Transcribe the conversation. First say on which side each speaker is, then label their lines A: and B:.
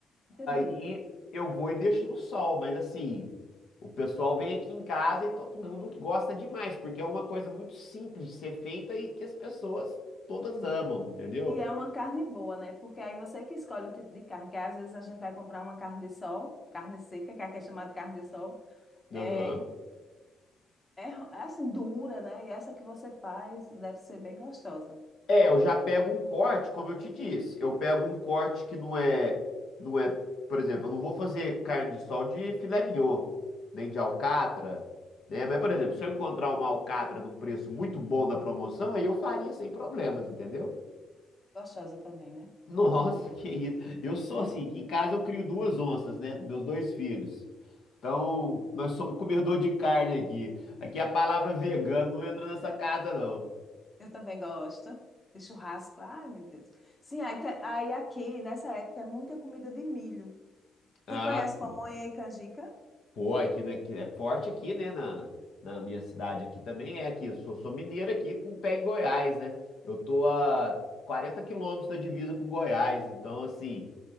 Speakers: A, on the left; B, on the left.
A: Entendi.
B: E eu vou e deixo no sol, mas assim, o pessoal vem aqui em casa e todo mundo gosta demais, porque é uma coisa muito simples de ser feita e que as pessoas todas amam, entendeu?
A: E é uma carne boa, né? Porque aí você que escolhe o tipo de carne, que às vezes a gente vai comprar uma carne de sol, carne seca, que aqui é chamada de carne de sol. É,
B: Aham.
A: é, ro- é assim, dura, né? E essa que você faz deve ser bem gostosa.
B: É, eu já pego um corte, como eu te disse, eu pego um corte que não é, não é, por exemplo, eu não vou fazer carne de sol de filé mignon, nem de alcatra, né? Mas, por exemplo, se eu encontrar uma alcatra num preço muito bom na promoção, aí eu faria sem problemas, entendeu?
A: Gostosa também, né?
B: Nossa,
A: Fica bem, bom.
B: <laughs> que isso. Eu sou
A: É.
B: assim, que em casa eu crio duas onças, né? Meus dois filhos. Então, nós somos comedor de carne aqui. Aqui a palavra vegano não entra nessa casa, não.
A: Eu também gosto de churrasco. Ai, meu Deus. Sim, aí, te- aí aqui, nessa época, é muita comida de milho.
B: Ah,
A: Tu conhece
B: sim.
A: pamonha e canjica?
B: Pô, aqui, né, que é forte aqui, né? Na, na minha cidade aqui também é aqui. Eu sou, sou mineiro aqui com pé em Goiás, né? Eu tô a 40 quilômetros da divisa com Goiás. Então, assim,